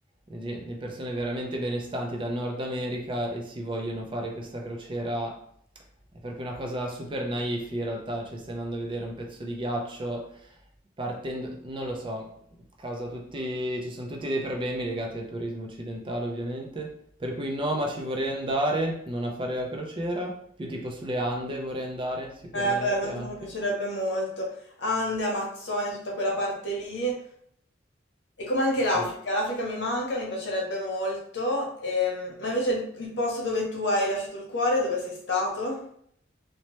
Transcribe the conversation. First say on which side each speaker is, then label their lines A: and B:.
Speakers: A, on the right (about 25°); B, on the left (about 60°).
A: le ge- le persone veramente benestanti dal Nord America e si vogliono fare questa crociera. È proprio una cosa super naif in realtà, cioè stai andando a vedere un pezzo di ghiaccio partendo, non lo so, causa tutti, ci sono tutti dei problemi legati al turismo occidentale ovviamente, per cui no, ma ci vorrei andare, non a fare la crociera, più tipo sulle Ande vorrei andare sicuramente
B: Eh, bello, anche
A: anche.
B: a me piacerebbe molto. Ande, Amazzonia, tutta quella parte lì. E come anche
A: Sì.
B: l'Africa, l'Africa mi manca, mi piacerebbe molto. Ehm, ma invece il, il posto dove tu hai lasciato il cuore, dove sei stato?